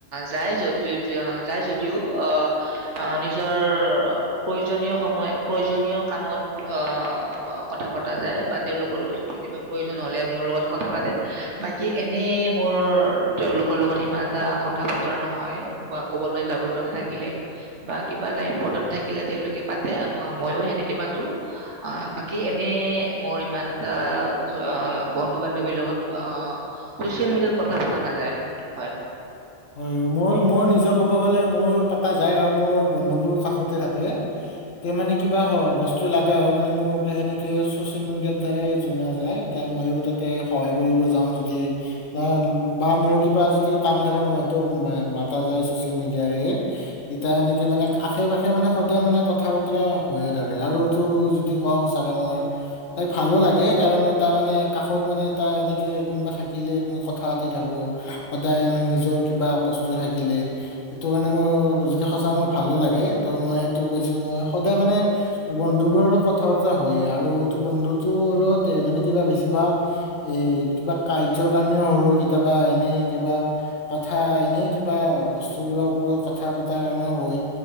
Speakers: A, on the right (about 65°); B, on the left (about 85°).
A: যায় যায় য য যদিও আহ নিজৰ প্ৰয়োজনীয় সময় প্ৰয়োজনীয় কামত আ আ কথা পাতো পতা যায় বা তেওঁলোকৰ কেতিয়াবা প্ৰয়োজন হলে মোৰ লগত কথা পাতে, বাকী এনেই মোৰ তেওঁলোকৰ লগত সিমান এটা কথা বতৰা নহয় বা ক'বালৈ যাব লগা থাকিলে বা কিবা এটা ইম্পৰ্টেণ্ট থাকিলে তেওঁলোকে পাতে, ময়ো সেনেকে পাতো, আহ বাকি এনে <unintelligible> মোৰ ইমান এটা <unintelligible> বন্ধু বান্ধৱীৰ লগত অ চচিয়েল মিডিয়াত কথা পতা নাযায়, হয়।
B: হয় মই-মই নিজে ক'ব গলে মোৰ পাতা যায় আৰু মোৰ বন্ধুবোৰ কাষতে থাকে, তে মানে কিবা বস্তু লাগা হয় মানে মোক সেনেকে চচিয়েল মিডিয়াৰ দ্বাৰাই জনা যায়, তে মইও তাতে সহায় কৰিব যাওঁ যদি বা-বা মোৰ কিবা যদি কাম থাকে মই টো মাতা যায় চচিয়েল মিডিয়াৰে তেতিয়া সেনেকে মানে আশে পাশে মানে সদায় মানে কথা বতৰা হৈয়ে থাকে আৰুটো যদি কওঁ সঁচাকে মোৰ ভালো লাগে কাৰণ এটা মানে কাষত মানে এটা এনেকে কোনোবা থাকিলে কথা পাতি থাকো সদায় মানে নিজৰ কিবা বস্তু থাকিলে সেইটো কাৰণে মই যদি সঁচা তমা ভালো লাগে, ত' মই এইটো কৈছো মই সদায় মানে বন্ধুবোৰৰ লগত কথা পতা হয়ে আৰু বন্ধুটোৰ লগত এ মানে কিবা বেছিভাগ এ কিবা কাৰ্যৰ কাৰণেও হৈ, কেতিয়াবা এনেই কিবা কথা, এনেই কিবা বস্ত টোৰ কিবা ওপৰত কাট কথা পাতাৰ কাৰণেও হয়,